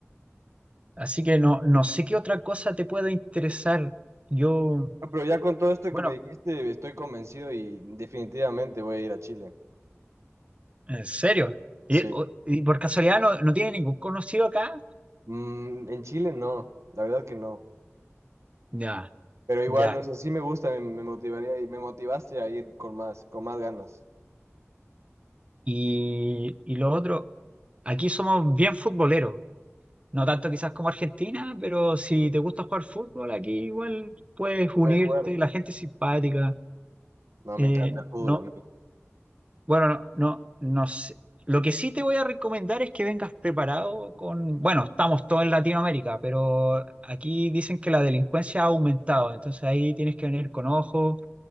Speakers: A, on the right; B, on the right.
A: Así que no, no sé qué otra cosa te pueda interesar. Yo,
B: Ah, Pero ya con todo esto
A: bueno,
B: que me dijiste, estoy convencido y definitivamente voy a ir a Chile.
A: en serio. ¿Y,
B: Sí.
A: o- y por casualidad no, no tiene ningún conocido acá?
B: Mm, en Chile no, la verdad que no.
A: Ya,
B: Pero igual,
A: ya.
B: o sea, sí me gusta, me, me motivaría y me motivaste a ir con más, con más ganas.
A: Y, y lo otro, aquí somos bien futboleros. No tanto quizás como Argentina, pero si te gusta jugar fútbol, aquí igual puedes unirte,
B: Puede jugar.
A: la gente es simpática.
B: No,
A: Eh,
B: me encanta el fútbol
A: no,
B: a mí.
A: bueno, no, no, no sé. Lo que sí te voy a recomendar es que vengas preparado con, bueno, estamos todos en Latinoamérica, pero aquí dicen que la delincuencia ha aumentado, entonces ahí tienes que venir con ojo,